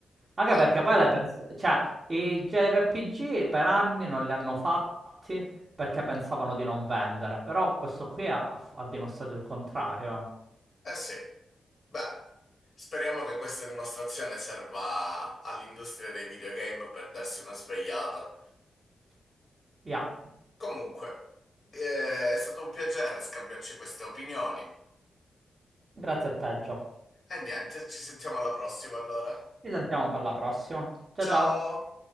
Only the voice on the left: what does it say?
Beh,
eh sì, beh, speriamo che questa dimostrazione serva all'industria dei videogame per darsi una svegliata.
Comunque, eh, è stato un piacere scambiarci queste opinioni.
E niente, ci sentiamo alla prossima allora.
Ciao!